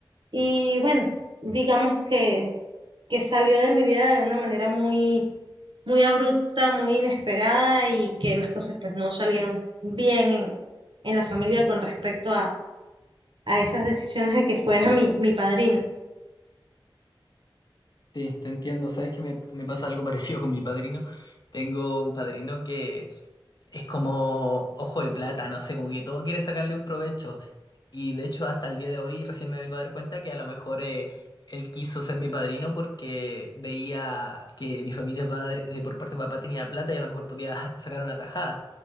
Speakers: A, on the right (about 65°); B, on the left (about 50°).
A: Y bueno, digamos que que salió de mi vida de una manera muy, muy abrupta, muy inesperada y que las cosas pues no salieron bien en, en la familia con respecto a, a esas decisiones de que fuera <laughs> mi, mi padrino.
B: Sí, te entiendo. Sabes que me, me pasa algo <laughs> parecido con mi padrino. Tengo un padrino que es como ojo de plata, no sé, como que todo quiere sacarle un provecho. Y de hecho, hasta el día de hoy recién me vengo a dar cuenta que a lo mejor eh, él quiso ser mi padrino porque veía que mi familia de padre- de por parte de papá tenía plata y a lo mejor podía <laughs> sacar una tajada.